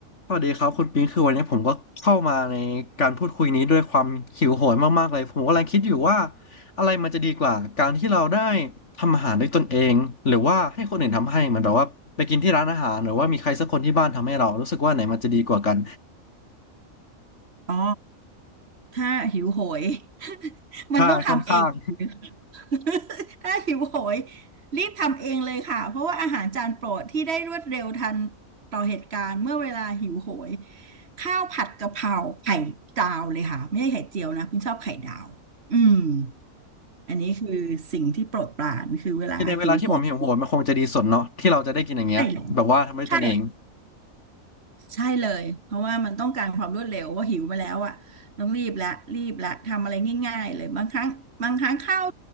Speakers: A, on the left (about 55°); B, on the right (about 50°).
A: สวัสดีครับคุณปิงคือวันนี้ผมก็เข้ามาในการพูดคุยนี้ด้วยความหิวโหยมากๆเลยผมกำลังคิดอยู่ว่าอะไรมันจะดีกว่าการที่เราได้ทำอาหารด้วยตนเองหรือว่าให้คนอื่นทำให้เหมือนแบบว่าไปกินที่ร้านอาหารหรือว่ามีใครสักคนที่บ้านทำให้เรารู้สึกว่าไหนมันจะดีกว่ากัน
B: อ๋อถ้าหิวโหย <laughs> มันต้องทำเอง
A: ใช่ค่อนข้าง
B: <laughs> ถ้าหิวโหยรีบทำเองเลยค่ะเพราะว่าอาหารจานโปรดที่ได้รวดเร็วทันต่อเหตุการณ์เมื่อเวลาหิวโหยข้าวผัดกะเพราไข่ดาวเลยค่ะไม่ใช่ไข่เจียวนะพี่ชอบไข่ดาวอืมอันนี้คือสิ่งที่โปรดปรานคือเวลาหิวโหย
A: <laughs> คือในเวลาที่ผมหิวโหยมันคงจะดีสุดเนาะที่เราจะได้กินอย่างเงี้ยแบบว่าทำด้วยตนเอง
B: ได้แล้วใช่ ใช่เลยเพราะว่ามันต้องการความรวดเร็วว่าหิวมาแล้วอ่ะต้องรีบละรีบละทำอะไรง่ายๆเลยบางครั้งบางครั้งข้าว